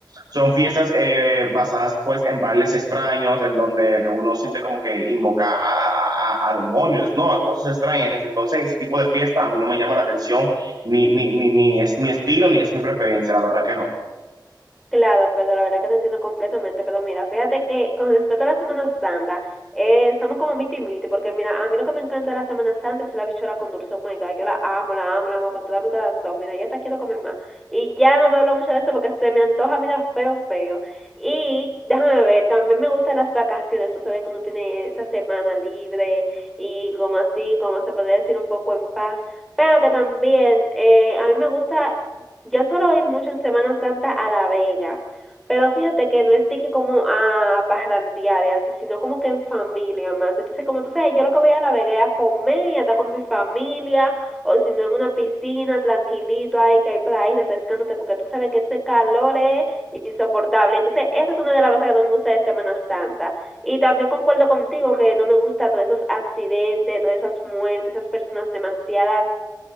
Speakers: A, on the right; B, in the centre.
A: son fiestas eh, basadas pues en bailes extraños, en donde uno siente como que invoca a, a- a demonios, ¿no? A cosas extrañas. Entonces, ese tipo de fiesta a mí no me llama la atención, ni, ni, ni, ni es mi estilo, ni es mi preferencia, la verdad que no.
B: Claro, pero la verdad que te entiendo completamente, pero mira, fíjate que con respecto a la Semana Santa, eh, somos como miti y miti, porque mira, a mí lo que me encanta de la Semana Santa es la bichuela con dulce, oh my God, yo la amo, la amo, la amo con todo mi corazón, mira, ya hasta quiero comer más, y ya no voy a hablar mucho de eso porque se me antoja, mira, feo, feo, y déjame ver, también me gustan las vacaciones, tú sabes que uno tiene esa semana libre, y como así, como se podría decir, un poco en paz, pero que también, eh, a mí me gusta yo suelo ir mucho en Semana Santa a La Vega, pero fíjate que no es de que como a parrandear y así, sino como que en familia más. Entonces, como tú sabes, yo lo que voy a La Vega es a comer y a estar con mi familia, o si no en una piscina, tranquilito ahí, que hay por ahí refrescándote, porque tú sabes que ese calor es insoportable. Entonces, esa es una de las cosas que no me gusta de Semana Santa. Y también concuerdo contigo que no me gusta todos esos accidentes, todas esas muertes, esas personas demasiadas